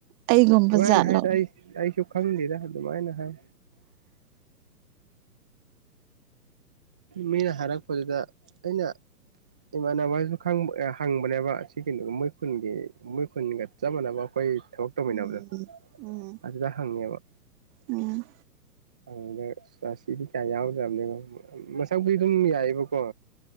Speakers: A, on the right (about 25°); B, in the centre.
A: ꯑꯩꯒꯨꯝꯕ
B: ꯑꯗꯨꯃꯥꯏꯅ
A: ꯖꯥꯠꯂꯣ
B: ꯍꯥꯏꯗ ꯑꯩ ꯑꯩꯁꯨ ꯈꯪꯗꯦꯗ ꯑꯗꯨꯃꯥꯏꯅ ꯍꯥꯏ ꯃꯤꯅ ꯍꯥꯏꯔꯛꯄꯗꯨꯗ ꯑꯩꯅ ꯏꯃꯥꯟꯅꯕꯁꯨ ꯈꯪꯕ ꯑ ꯍꯪꯕꯅꯦꯕ ꯁꯤꯒꯤ ꯃꯣꯢ ꯈꯨꯟꯒꯤ ꯃꯣꯢ ꯈꯨꯟꯒ ꯆꯞ ꯃꯥꯟꯅꯕ ꯑꯩꯈꯣꯏ ꯊꯕꯛ ꯇꯧꯃꯤꯟꯅꯕꯗꯣ
A: ꯎꯝ ꯎꯝ
B: ꯑꯗꯨꯗ ꯍꯪꯉꯦꯕ
A: ꯎꯝ
B: ꯑꯗꯨꯗ ꯑꯁ ꯔꯥꯁꯤꯗꯤ ꯀꯌꯥ ꯌꯥꯎꯗꯕꯅꯦ ꯃꯁꯛꯕꯨꯨꯗꯤ ꯑꯗꯨꯝ ꯌꯥꯏꯌꯦꯕꯀꯣ